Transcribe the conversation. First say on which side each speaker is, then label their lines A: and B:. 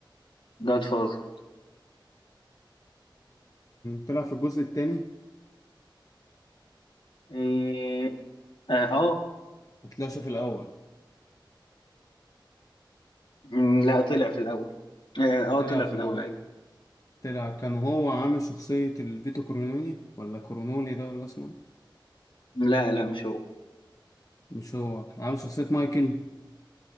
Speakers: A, on the left; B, on the left.
A: جاد فاذر
B: طلع في الجزء التاني
A: إيه، اه آه.
B: مطلعش في الاول
A: مم، لا طلع في الاول اه
B: طلع
A: آه، طلع
B: في
A: في الاول
B: الاول
A: ايوه
B: طلع كان هو عامل شخصية الفيتو كورونولي ولا كورونولي ده ولا اسمه إيه؟
A: لا لا مش هو
B: مش هو كان عامل شخصية مايكل